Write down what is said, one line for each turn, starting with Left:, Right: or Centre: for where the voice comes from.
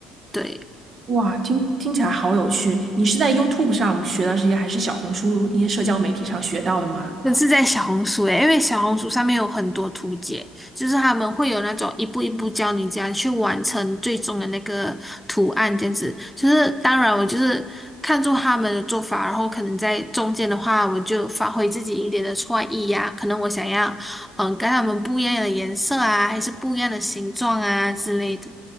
Centre: 对。
Right: 哇，听听起来好有趣！你是在 YouTube 上学的这些，还是小红书那些社交媒体上学到的吗？
Centre: 我是在小红书诶，因为小红书上面有很多图解，就是他们会有那种一步一步教你怎样去完成最终的那个图案，这样子。就是当然我就是看中他们的做法，然后可能在中间的话，我就发挥自己一点的创意呀、可能我想要嗯跟他们不一样的颜色啊，还是不一样的形状啊之类的。